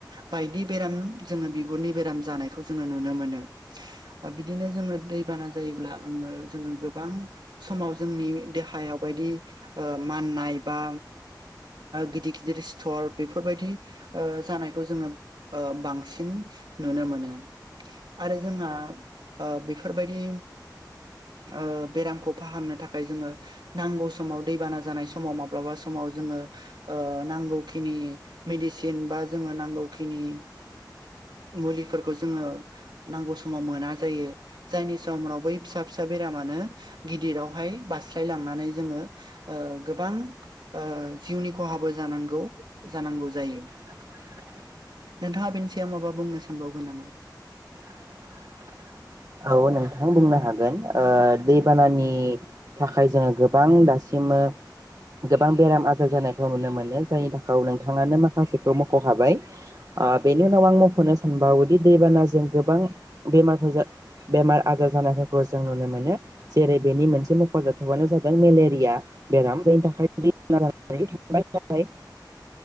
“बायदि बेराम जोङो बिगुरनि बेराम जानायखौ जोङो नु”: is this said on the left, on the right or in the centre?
Right